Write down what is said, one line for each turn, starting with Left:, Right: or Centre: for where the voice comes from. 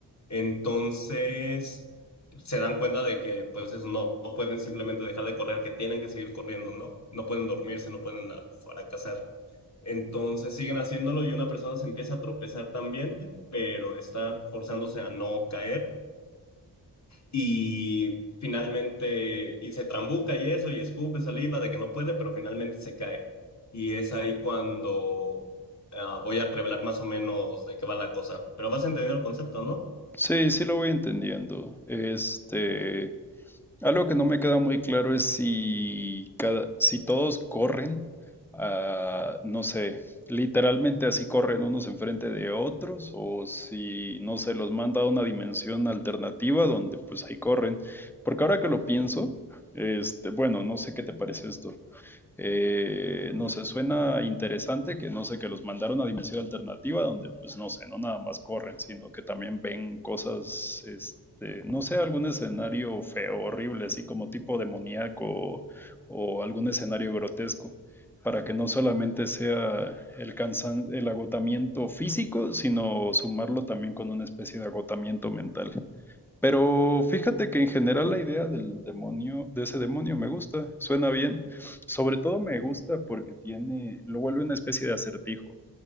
Left: Entonces se dan cuenta de que pues eso, no, no pueden simplemente dejar de correr, que tienen que seguir corriendo, ¿no? No pueden dormirse, no pueden ah, fracasar. Entonces siguen haciéndolo y una persona se empieza a tropezar también, pero está forzándose a no caer y finalmente y se trambuca y eso y escupe saliva de que no puede, pero finalmente se cae. Y es ahí cuando ah, voy a revelar más o menos de qué va la cosa. Pero vas a entender el concepto, ¿no?
Centre: Sí, sí lo voy entendiendo. Este, Algo que no me queda muy claro es si cada, si todos corren, ah, no sé, literalmente así corren unos enfrente de otros, o si, no sé, los manda a una dimensión alternativa donde pues ahí corren. Porque ahora que lo pienso, este, bueno, no sé qué te parece esto. Eh, no sé, suena interesante que no sé, que los mandaron a dimensión alternativa donde pues no sé, no nada más corren, sino que también ven cosas, este, no sé, algún escenario feo, horrible, así como tipo demoníaco o, o algún escenario grotesco, para que no solamente sea el cansan- el agotamiento físico, sino sumarlo también con una especie de agotamiento mental. Pero fíjate que en general la idea del demonio, de ese demonio me gusta, suena bien. Sobre todo me gusta porque tiene, lo vuelve una especie de acertijo.